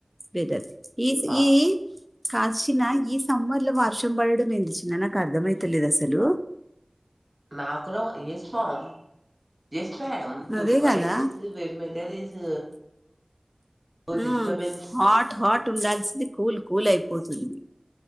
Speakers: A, in the centre; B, on the right (about 25°).
A: weather is
B: ఆ
A: ఈ cause ఇలా ఈ summer లో వర్షం పడడం ఎంది చిన్న నాకు అర్థమయితలేదు అసలు
B: నాకుడా ఏసుకోవాలి ఎస్ మేడం తు
A: అదే
B: వై
A: కదా
B: థిస్ వెేరు మేటర్ ఇస్
A: ఆ
B: డిస్టర్బెన్స్
A: హాట్ హాట్ ఉండాల్సింది కూల్ కూల్ అయిపోతుంది